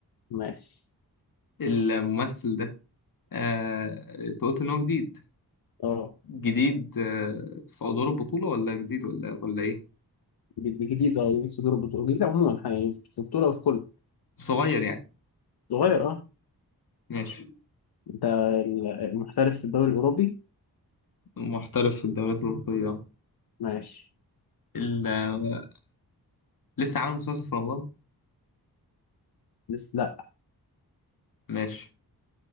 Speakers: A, on the left; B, on the left.
A: ماشي
B: الممثل ده آه... انت قلت ان هو جديد
A: اه
B: جديد آه... في ادوار البطولة ولا جديد ولا ولا ايه
A: جد- جديد اه جديد صدور البطولة جديد عموما يعني في البطولة وفي كله
B: صغير يعني
A: صغير اه
B: ماشي
A: انت ال- محترف في الدوري الأوروبي
B: محترف في الدوريات الأوروبية
A: ماشي
B: ال... آه، لسه عامل مسلسل في رمضان
A: لسه لا
B: ماشي